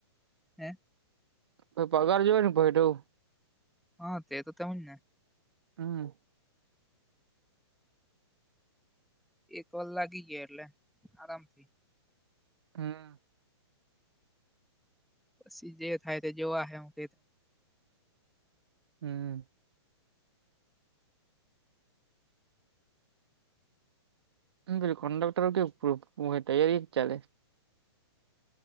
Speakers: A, in the centre; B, on the right.
A: હે.....
B: ભ પગાર જો ને ભાઈટુ
A: હા તે તો તેવુંજ ને
B: હમ
A: એક વાર લાગી ગયા એટલે આરામથી
B: હમ.
A: પછી જે થાય તે જોવા હ <unintelligible>
B: હમ હ પેલું કન્ડક્ટર કેવુંક તૈયારી હું ચલે